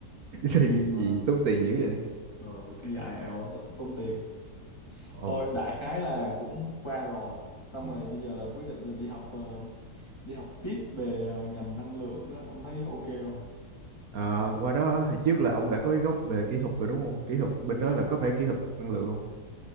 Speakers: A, on the right; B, on the left.
A: thì
B: À,
A: gì tốn tiền dữ vậy
B: rồi thi IELTS á, tốn tiền.
A: ồ
B: Thôi đại khái là cũng qua rồi. Xong
A: ừ.
B: rồi bây giờ là quyết định là đi học ờ, đi học tiếp về ờ, ngành năng lượng đó, ông thấy ok không?
A: Ờ, qua đó hồi trước là ông đã có cái gốc về kỹ thuật rồi đúng không kỹ thuật bên đó là có phải kỹ thuật năng lượng không